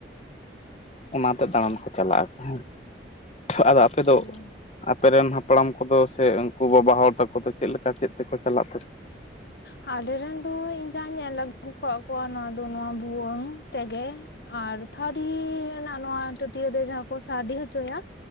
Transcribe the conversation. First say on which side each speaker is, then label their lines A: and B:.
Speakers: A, on the left; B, on the left.
A: ᱚᱱᱟᱛᱮ ᱫᱟᱬᱟᱱ ᱠᱚ ᱪᱟᱞᱟᱜᱼᱟ ᱦᱮᱸ ᱟᱫᱚ ᱟᱯᱮ
B: ᱦᱮᱸ
A: ᱫᱚ ᱟᱯᱮ ᱨᱮᱱ ᱦᱟᱯᱲᱟᱢ ᱠᱚᱫᱚ ᱥᱮ ᱩᱱᱠᱩ ᱵᱟᱵᱟ ᱦᱚᱲ ᱛᱟᱠᱚ ᱫᱚ ᱪᱮᱫ ᱞᱮᱠᱟ ᱪᱮᱫ ᱛᱮᱠᱚ ᱪᱟᱞᱟᱜ ᱛᱟᱦᱮᱸᱜ
B: ᱟᱞᱮ ᱨᱮᱱ ᱫᱚ ᱤᱧ ᱡᱟᱦᱟᱸᱭ ᱧᱮᱞ ᱟᱹᱜᱩ ᱟᱠᱟᱫ ᱠᱚᱣᱟ ᱱᱚᱣᱟ ᱫᱚ ᱱᱚᱣᱟ ᱵᱷᱩᱣᱟᱹᱝ ᱛᱮᱜᱮ ᱟᱨ ᱛᱷᱟᱹᱨᱤ ᱨᱮᱱᱟᱜ ᱱᱚᱣᱟ ᱴᱟᱹᱴᱭᱟᱹ ᱛᱮ ᱡᱟᱦᱟᱸ ᱠᱚ ᱥᱟᱰᱮ ᱦᱚᱪᱚᱭᱟ